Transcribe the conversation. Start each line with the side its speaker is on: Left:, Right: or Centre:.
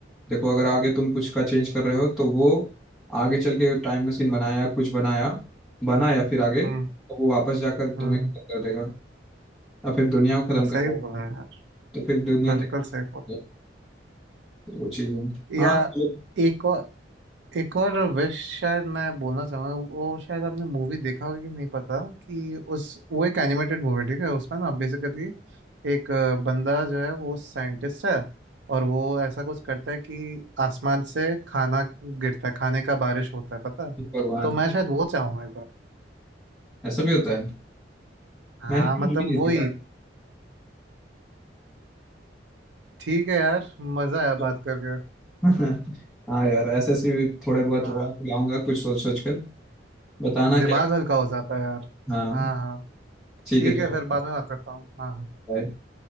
Centre: देखो अगर आगे तुम कुछ का चेंज कर रहे हो तो वो आगे चल के टाइम मशीन बनाया कुछ बनाया बना या फिर आगे
Right: हम्म
Centre: तो वो वापस जाकर तुम्हें
Right: हम्म हम्म,
Centre: खत्म कर देगा या फिर दुनिया को खत्म कर
Right: सही
Centre: देगा
Right: बोला यार
Centre: तो फिर दुनिया
Right: बिल्कुल
Centre: तक
Right: सही बोला
Centre: तो वो चीज़ है हाँ
Right: या
Centre: चलो,
Right: एक और एक और विश शायद मैं बोलना चाहूंगा वो शायद आपने मूवी देखा होगा कि नहीं पता कि उस वो एक एनिमेटेड मूवी ठीक है उसमें ना बेसिकली एक अ, बंदा जो है वो साइंटिस्ट है और वो ऐसा कुछ करता है कि आसमान से खाना गिरता है खाने का बारिश होता है पता है
Centre: भगवान
Right: तो मैं शायद वो चाहूंगा
Centre: ऐसा भी होता है
Right: हाँ
Centre: मैंने भी
Right: मतलब
Centre: मूवी नहीं
Right: वही
Centre: देखा
Right: ठीक है यार मजा आया
Centre: तो-
Right: बात करके
Centre: <laughs> हाँ यार ऐसे ऐसे थोड़े बहुत
Right: हाँ
Centre: और खिलाऊंगा कुछ सोच सोच कर बताना
Right: दिमाग
Centre: क्या
Right: हल्का हो जाता है यार
Centre: हाँ
Right: हाँ हाँ
Centre: ठीक
Right: ठीक
Centre: है चलो
Right: है फिर बाद में बात करता हूँ हाँ हाँ
Centre: bye।